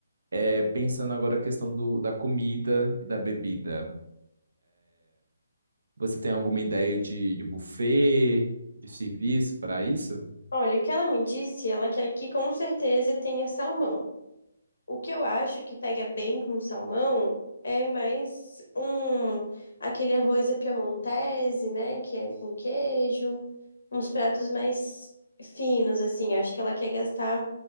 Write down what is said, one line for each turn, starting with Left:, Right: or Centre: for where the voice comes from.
Right: é, pensando agora a questão do, da comida e da bebida, você tem alguma ideia de, de buffet, de serviço para isso?
Left: Olha, o que ela me disse, ela quer que com certeza tenha salmão. O que eu acho que pega bem com salmão é mais um aquele arroz à piemontese, né, que é com queijo, uns pratos mais finos assim. Acho que ela quer gastar